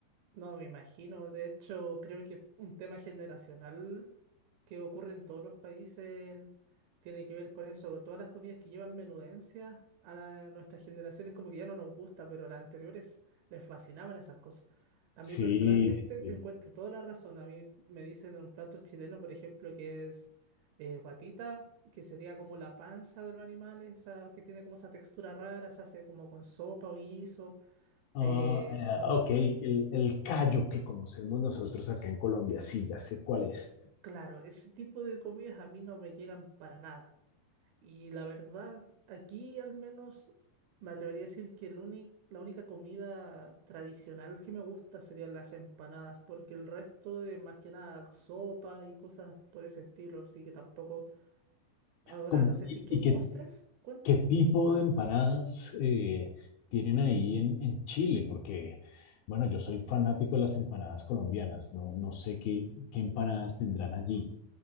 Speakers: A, on the right (about 80°); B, on the left (about 80°).
A: No, me imagino. De hecho, creo que un tema generacional que ocurre en todos los países tiene que ver con eso. Todas las comidas que llevan menudencia a la- nuestras generaciones como que ya no nos gusta, pero a las anteriores les fascinaban esas cosas. A
B: Sí,
A: mí personalmente
B: sí, sí.
A: te encuentro toda la razón. A mí me dicen un plato chileno, por ejemplo, que es eh, guatita, que sería como la panza de los animales, esa que tiene como esa textura rara, se hace como con sopa o guiso.
B: Ah,
A: Eh,
B: eh,
A: no,
B: ok, el, el callo que conocemos nosotros acá en Colombia, sí, ya sé cuál es.
A: Claro, ese tipo de comidas a mí no me llegan para nada. Y la verdad, aquí al menos me atrevería a decir que el únic- la única comida tradicional que me gusta serían las empanadas, porque el resto de más que nada sopa y cosas por ese estilo, así que tampoco. Ahora
B: ¿Cómo-
A: no sé
B: y,
A: si es que
B: y
A: postres
B: qué,
A: cuentan.
B: qué tipo de empanadas eh, tienen ahí en, en Chile? Porque, bueno, yo soy fanático de las empanadas colombianas, no, no sé qué, qué empanadas tendrán allí.